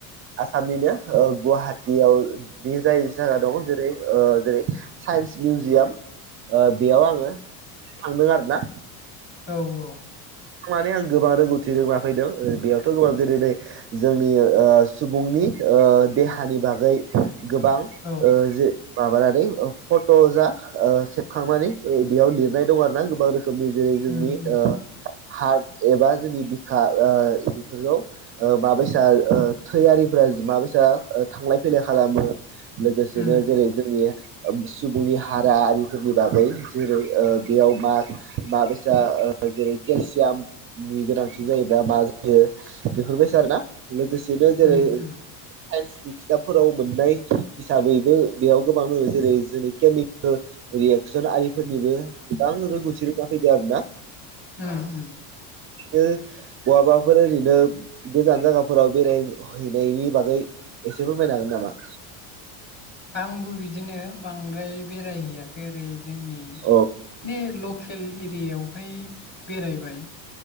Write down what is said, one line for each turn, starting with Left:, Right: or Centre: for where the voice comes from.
Right: आसामनिनो ओ गुवाहाट दैयाव जि जायि साना दं जेरै ओ साइन्स मिउजियाम ओ बेयाव आङो थांदों आरोना।
Left: औ औ।
Right: माने आं गोबां रोंगौथि रोंना फैदों बेयावथ' गोबां जेरै नै जोंनि ओ सुबुंनि ओ देहानि बागै गोबां
Left: औ
Right: ओ जे माबानानै फट' जा ओ सेबखांनानै बेयाव लिरनाय दं आरो ना गोबां रोखोम रोखोमनि जेरै जोंनि
Left: उम उम
Right: ओ हार्ट एबा जोंनि बिखा ओ बेफोरखौ ओ माबायसा ओ थैयारिफोरा माबायसा थांलाय फैलाय खालामो। लोगोसेनो
Left: उम
Right: जेरै जोंनि सुबुंनि हारा आरिफोरनि बागै जेरै ओ बेयाव मा मा माबसा जेरै केलसियामनि गोनांथि जायोब्लाा मा जायो बेफोरबायदिो आरो ना। लोगोसेनो जेरै
Left: उम उम
Right: साइन्सनि खिथाबफोराव मोननाय हिसाबैबो बेयाव गोबां दङ जेरै जोंनि केमिकेल रियेक्सन आरिफोरनिबो गोबां रोंगौथि रोङा फैदों आरोना।
Left: ओं ओं।
Right: बिनो बहाबाफोर ओरैनो गोजान जायगाफोराव बेराय हैैनायनि बागै एसे फोरमायनो हागोन नामा
Left: आंबो बिदिनो बांद्राय बेरायहैयाखै ओरै जोंनि
Right: औ
Left: बे ल लकेल एरियायावहाय बेरायबाय